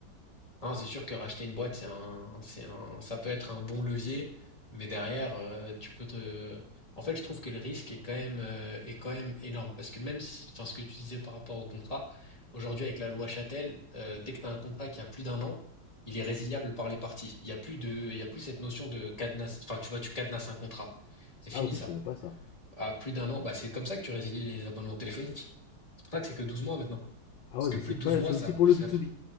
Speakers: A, on the left; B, on the left.
A: non, c'est sûr que racheter une boîte, c'est un, c'est un, ça peut être un bon levier, mais derrière, euh, tu peux te, en fait, je trouve que le risque est quand même, euh, est quand même énorme parce que même si, enfin, ce que tu disais par rapport au contrat, aujourd'hui avec la loi Châtel, euh, dès que tu as un contrat qui a plus d'un an, il est résiliable par les parties. Il y a plus de, il y a plus cette notion de cadenas, enfin, tu vois, tu cadenas un contrat. C'est fini
B: Ah ok, je
A: ça.
B: savais pas ça.
A: à plus d'un an, bah c'est comme ça que tu résilies les abonnements téléphoniques. C'est pour ça que c'est que 12 mois maintenant.
B: Ah
A: Parce
B: ouais,
A: que
B: mais
A: plus
B: c'est
A: de
B: pas,
A: 12 mois,
B: c'est
A: ça,
B: aussi pour le
A: ça-
B: B2B.